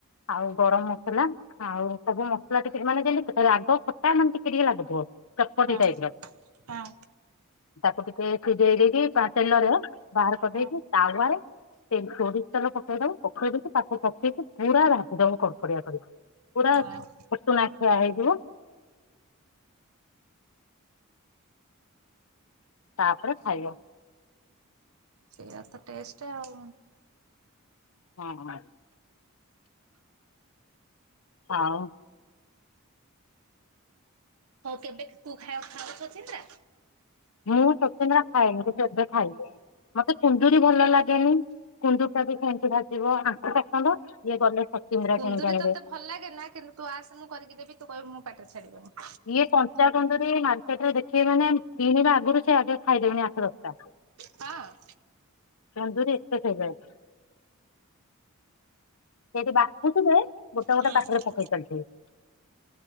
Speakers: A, on the left; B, on the right.
A: ଆଉ ଗରମ ମସଲା। ଆଉ ସବୁ ମସଲା ଟିକେ, ମାନେ ଯେମତି ରାଗ, ଖଟା ମାନେ ଟିକେ ଟିକେ ଲାଗୁଥିବ। ଚଟ୍ ପଟି
B: ହଁ
A: ଟାଇପ୍ ର।
B: ହଁ
A: ତାକୁ ଟିକେ ସିଝେଇ ଦେଇକି ତେଲରେ ବାହାର କରିଦେଇକି
B: ହଁ
A: ତାୱାରେ ସୋରିଷ ତେଲ ପକେଇ ଦବ। ପକେଇ ଦେଇକି, ତାକୁ ପକେଇକି ପୁରା ଭାଜି ଦବ କଡ କଡିଆ କରିକି, ପୁରା
B: ହଁ
A: ପୁଟୁଣା ଖିଆ ହେଇଯିବ। ତାପରେ ଖାଇବ।
B: ସେଆ ତ ଟେଷ୍ଟ ଆଉ।
A: ହଁ ହଁ। ଆଉ?
B: ହଉ କେବେ ତୁ ଖାଇ ଖାଉ ଛଚିନ୍ଦ୍ରା?
A: ମୁଁ ସତେ ନା ଖାଏନି। କି କେବେ ଖାଇନି। ମତେ କୁନ୍ଦୁୁରୀ ଭଲ ଲାଗେନି, କୁନ୍ଦୁର ଟା ବି ସେମତି ଭାଜିବ। ପସନ୍ଦ ଇଏ ଗଲେ ସଚୀନ୍ଦି୍ରା
B: କୁନ୍ଦୁରି
A: କିଣିକି ଆଣିବେ।
B: ତତେ ଭଲ ଲାଗେ ନା କିନ୍ତୁ ତୁ ଆସ ମୁଁ କରିକି ଦେବି ତୁ କହିବୁ ମୋ ପାଟିରେ ଛାଡିବନି।
A: ଇଏ କଞ୍ଚା କଞ୍ଚା ଟିକେ ମାର୍କେଟରେ ଦେଖିବି ମାନେ କିଣିବା ଆଗରୁ ସେ ଆଗେ ଖାଇଦେବେଣି ଆଠ ଦଶଟା।
B: ହଁ?
A: କୁନ୍ଦୁରି ଏକତେ ଫେବରେଟ। ସେଠି ବାଛୁ ଥିବେ ଗୋଟେ
B: ହୁଁ
A: ଗୋଟେ ପାଟିରେ ପକେଇ ଚାଲିଥିବେ।